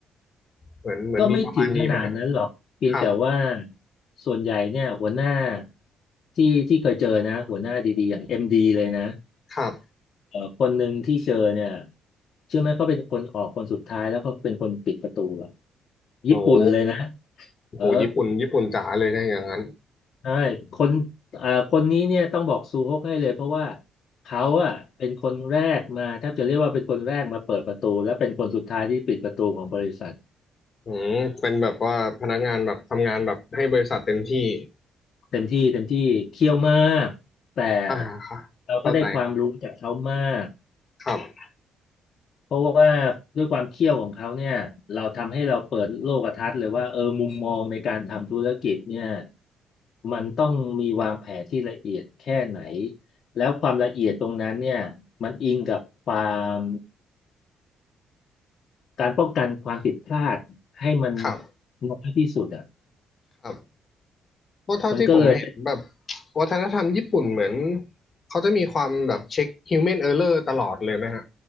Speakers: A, on the left; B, on the left.
A: เหมือนเหมือนมีประมาณนี้ไหมฮะ
B: ก็ไม่ถึงขนาดนั้นหรอกเพียงแต่ว่า
A: ครับ
B: ส่วนใหญ่เนี่ยหัวหน้าที่ที่เคยเจอนะหัวหน้าดีๆอย่างเอ็มดีเลยนะ
A: ครับ
B: เอ่อคนหนึ่งที่เจอเนี่ยเชื่อไหมเขาเป็นคนออกคนสุดท้ายแล้วเขาเป็นคนปิดประตูอะ
A: โอ้โห
B: ญี่ปุ่นเลยนะ
A: โหญี่ปุ่นญี่ปุ่นจ๋าเลยนะอย่างนั้น
B: เออใช่คนเอ่อคนนี้เนี่ยต้องบอกซูฮกให้เลยเพราะว่าเขาอะเป็นคนแรกมาแทบจะเรียกว่าเป็นคนแรกมาเปิดประตูและเป็นคนสุดท้ายที่ปิดประตูของบริษัท
A: อืมเป็นแบบว่าพนักงานแบบทำงานแบบให้บริษัทเต็มที่
B: เต็มที่เต็มที่เคี่ยวมากแต่
A: อ่าค่ะเข้าใจครับ
B: เราก็ได้ความรู้จากเขามาก
A: ครับ
B: เพราะว่าด้วยความเคี่ยวของเขาเนี่ยเราทำให้เราเปิดโลกทัศน์เลยว่าเออมุมมองในการทำธุรกิจเนี่ยมันต้องมีวางแผนที่ละเอียดแค่ไหนแล้วความละเอียดตรงนั้นเนี่ยมันอิงกับความการป้องกันความผิดพลาดให้มัน
A: ครับ
B: น้อยที่สุดอ่ะ
A: ครับ เพราะเท่าที่ผมเห็นแบบ
B: มันก็เลยเป็น
A: วัฒนธรรมญี่ปุ่นเหมือนเขาจะมีความแบบเช็ค human error ตลอดเลยนะฮะ